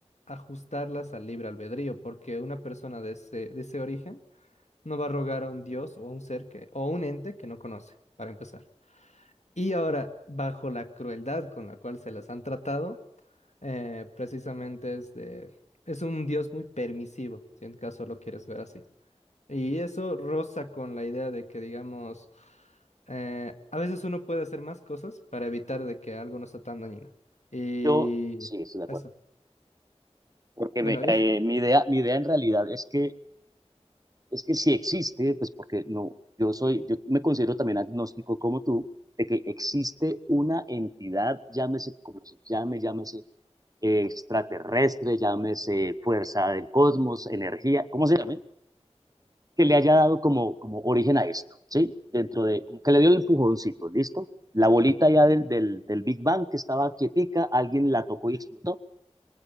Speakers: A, on the left (about 80°); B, on the right (about 30°).
A: ajustarlas al libre albedrío, porque una persona de ese, de ese origen no va a rogar a un dios o a un ser que, o a un ente que no conoce, para empezar. Y ahora, bajo la crueldad con la cual se las han tratado, eh, precisamente es de, es un dios muy permisivo, si en caso lo quieres ver así. Y eso roza con la idea de que, digamos, eh, a veces uno puede hacer más cosas para evitar de que algo no sea tan dañino. Y
B: Yo sí estoy de
A: eso.
B: acuerdo, porque
A: Bueno,
B: me-
A: <laughs>
B: eh,
A: ya,
B: mi idea, mi idea en realidad es que, es que si existe, pues porque no, yo soy, yo me considero también agnóstico como tú, de que existe una entidad, llámese como se llame, llámese eh, extraterrestre, llámese fuerza del cosmos, energía, ¿cómo se llame? Que le haya dado como, como origen a esto, ¿sí? Dentro de, como que le dio el empujoncito, ¿listo? La bolita ya
A: Ujú.
B: del, del, del Big Bang que estaba quietica, alguien la tocó y explotó.